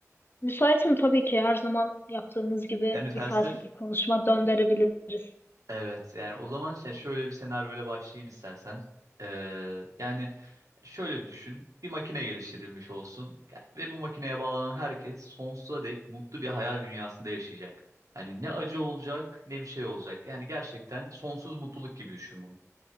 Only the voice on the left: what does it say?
Müsaitim tabii ki her zaman yaptığımız gibi
bir
felsefi konuşma döndürebiliriz.